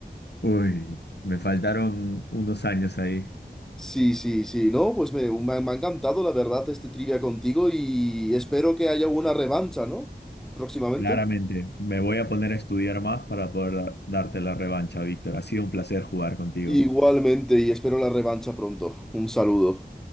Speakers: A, on the left; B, in the centre.
A: Uy, me faltaron unos años ahí.
B: Sí, sí, sí, no, pues me, me ha me ha encantado la verdad este trivia contigo y espero que haya una revancha, ¿no? Próximamente.
A: Claramente, me voy a poner a estudiar más para poder da- darte la revancha, Víctor. Ha sido un placer jugar contigo.
B: Igualmente, y espero la revancha pronto. Un saludo.